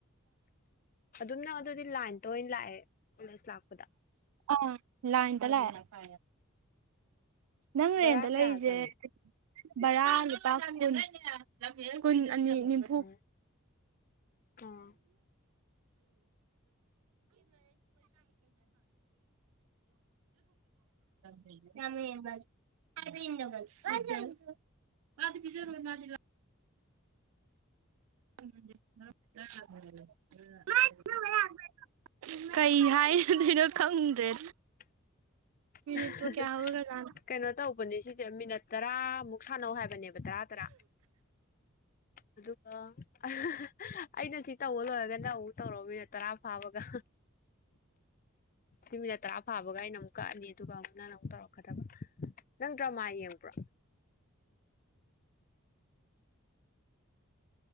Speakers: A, on the left; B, on the right.
A: ꯑꯗꯨꯝꯅ ꯑꯗꯨꯗꯤ ꯂꯥꯏꯟꯗ ꯑꯣꯏꯅ ꯂꯥꯛꯑꯦ ꯀꯣꯂꯦꯖ ꯂꯥꯛꯄꯗ
B: ꯑꯥ ꯂꯥꯏꯟꯗ ꯂꯛꯑ ꯅꯪ
A: ꯕꯔꯥ
B: ꯔꯦꯟꯗ
A: ꯀꯌꯥ
B: ꯂꯩꯔꯤꯁꯦ
A: ꯆꯪꯉꯦ
B: ꯕꯔꯥ ꯂꯨꯄꯥ <unintelligible> <unintelligible> ꯀꯨꯟ ꯑꯅꯤ ꯅꯤꯐꯨ
A: ꯎꯝ ꯑꯣ
B: <unintelligible> <unintelligible> <unintelligible> <unintelligible> <unintelligible> ꯀꯩ ꯍꯥꯏꯔꯗꯣꯏꯅꯣ ꯈꯪꯗ꯭ꯔꯦ
A: <inaudible>
B: ꯃꯤꯅꯤꯠꯄꯨ
A: <unintelligible>
B: ꯀꯌꯥ ꯍꯧꯔꯖꯥꯠꯅꯣ
A: ꯀꯩꯅꯣ ꯇꯧꯕꯅꯤ ꯁꯤꯗꯤ ꯃꯤꯅꯠ ꯇꯔꯥꯃꯨꯛ ꯁꯥꯟꯅꯧ ꯍꯥꯏꯕꯅꯦꯕ ꯇꯔꯥ ꯇꯔꯥ ꯑꯗꯨꯒ <unintelligible> ꯑꯩꯅ ꯁꯤ ꯇꯧꯕ ꯂꯣꯏꯔꯒ ꯅꯪ ꯇꯧ <unintelligible> ꯇꯔꯥ ꯐꯥꯕꯒ ꯁꯤ ꯃꯤꯅꯠ ꯇꯔꯥ ꯐꯥꯕꯒ ꯑꯩꯅ ꯑꯃꯨꯛ ꯀꯛꯑꯅꯤ ꯑꯗꯨꯒ ꯑꯃꯨꯛ ꯅꯪꯟꯅ ꯑꯃꯨꯛ ꯇꯧꯔꯛꯀꯗꯕ ꯅꯪ ꯗꯔ꯭ꯃꯥ ꯌꯦꯡꯕ꯭ꯔꯣ